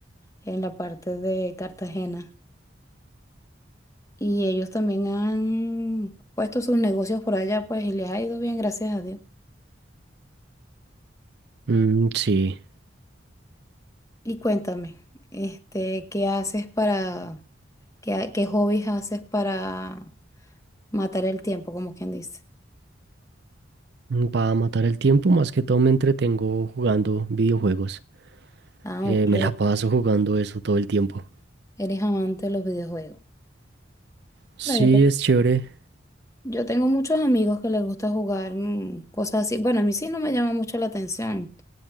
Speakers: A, on the left; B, on the right.
A: en la parte de Cartagena. Y ellos también han puesto sus negocios por allá, pues, y les ha ido bien, gracias a Dios.
B: Mm, sí,
A: Y cuéntame, este, ¿qué haces para, qué, ha- qué hobbies haces para matar el tiempo, como quien dice?
B: para matar el tiempo más que todo me entretengo jugando videojuegos.
A: Ah,
B: Eh,
A: ok.
B: me la paso jugando eso todo el tiempo.
A: Eres amante de los videojuegos.
B: Sí,
A: Pero yo, te-
B: es chévere.
A: yo tengo muchos amigos que les gusta jugar mm, cosas así. Bueno, a mí sí no me llama mucho la atención